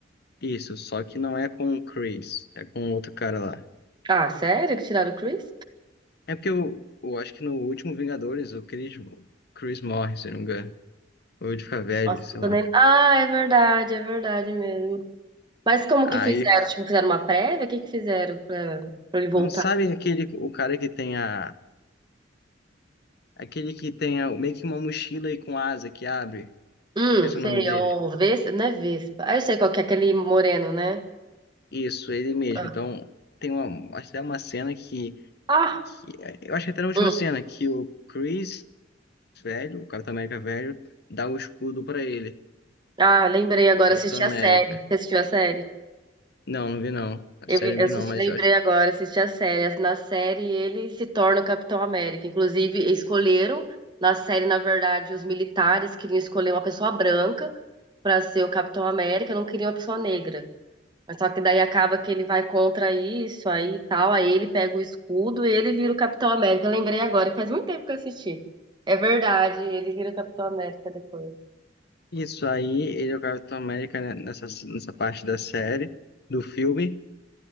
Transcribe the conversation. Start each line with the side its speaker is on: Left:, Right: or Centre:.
Left: Isso, só que não é com o Chris, é com outro cara lá.
Right: Ah, sério? Que tiraram o Chris?
Left: É porque eu, eu acho que no último Vingadores, o Chris, o Chris morre, se não me engano. Ou ele fica velho,
Right: Nossa,
Left: sei
Right: não tô
Left: lá.
Right: nem. Ah, é verdade, é verdade mesmo. Mas como
Left: Aí,
Right: que fizeram? Tipo, fizeram uma prévia? O que que fizeram pra, pra ele voltar?
Left: não, sabe aquele, o cara que tem a... Aquele que tem a, meio que uma mochila aí com asa que abre.
Right: Hum,
Left: Esqueci o nome
Right: sei,
Left: dele.
Right: é o Vespa, não é Vespa. Ah, eu sei qual que é aquele moreno, né?
Left: Isso, ele mesmo.
Right: Ah,
Left: Então, tem uma, acho que é uma cena que,
Right: Ah,
Left: que... Eu acho que até na última
Right: hum.
Left: cena, que o Chris velho, o Capitão América velho, dá o escudo pra ele.
Right: Ah, lembrei agora,
Left: o Capitão
Right: assisti
Left: América.
Right: a série. Você assistiu a série?
Left: Não, não vi não. A
Right: Eu,
Left: série
Right: vi-
Left: eu
Right: eu
Left: não
Right: assisti-
Left: vi não, mas
Right: lembrei
Left: eu acho
Right: agora, assisti a série. Na série ele se torna o Capitão América. Inclusive, escolheram, na série, na verdade, os militares queriam escolher uma pessoa branca para ser o Capitão América, não queriam uma pessoa negra. Mas só que daí acaba que ele vai contra isso aí e tal, aí ele pega o escudo e ele vira o Capitão América. Eu lembrei agora, faz muito tempo que eu assisti. É verdade, ele vira o Capitão América depois.
Left: Isso aí, ele é o Capitão América né, nessa, nessa parte da série, do filme.